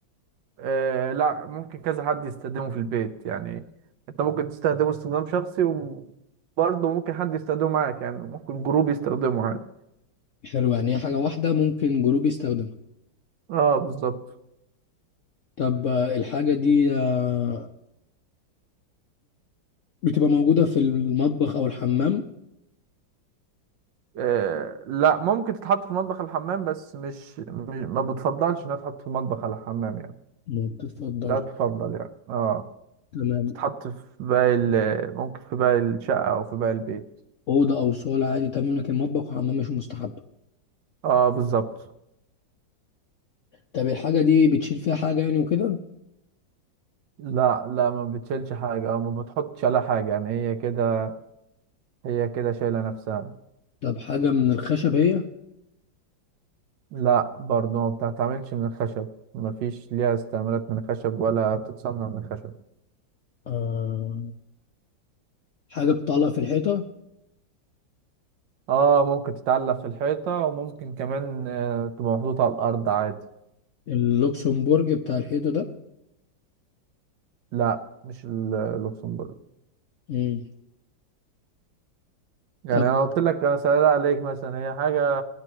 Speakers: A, on the right; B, on the left.
A: إيه لا ممكن كذا حد يستخدمه في البيت يعني انت ممكن تستخدمه استخدام شخصي وبرضه ممكن حد يستخدمه معاك يعني ممكن جروب يستخدمه عادي
B: حلو يعني هي حاجة واحدة ممكن جروب يستخدمها
A: اه بالظبط
B: طب آه الحاجة دي آه بتبقى موجودة في المطبخ أو الحمام
A: إيه لا ممكن تتحط في المطبخ الحمام بس مش مش- ما بتفضلش انها تتحط في المطبخ على الحمام يعني
B: ما بتتفضلش
A: لا تفضل يعني اه
B: تمام
A: تتحط في باقي ال- ممكن في باقي الشقة او في باقي البيت
B: أوضة أو صالة عادي تمام لكن مطبخ وحمام مش مستحب
A: اه بالظبط
B: طب الحاجة دي بتشيل فيها حاجة يعني وكده
A: لا لا ما بتشيلش حاجة او ما بتحطش على حاجة يعني هي كده هي كده شايلة نفسها
B: طب حاجة من الخشب هي
A: لا برضه ما بتتعملش من الخشب ما فيش ليها استعمالات من الخشب ولا بتتصنع من الخشب
B: آه حاجة بتطلع في الحيطة
A: اه ممكن تتعلق في الحيطة وممكن كمان آه، تبقى محطوطة على الأرض عادي
B: اللوكسمبورج بتاع الحيطة ده
A: لا مش ال- اللوكسمبورج
B: مم.
A: يعني
B: طب
A: انا قلت لك انا سألت عليك مثلا هي حاجة